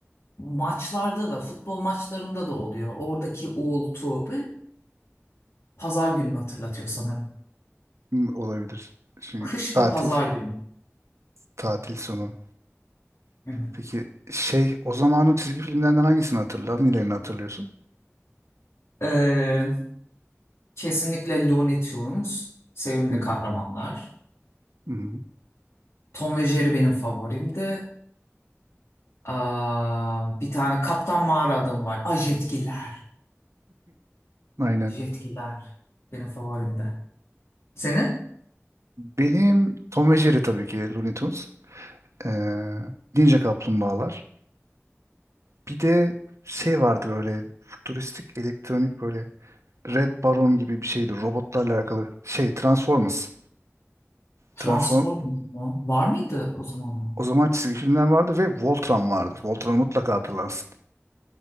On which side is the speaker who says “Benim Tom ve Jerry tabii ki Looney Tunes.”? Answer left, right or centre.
Right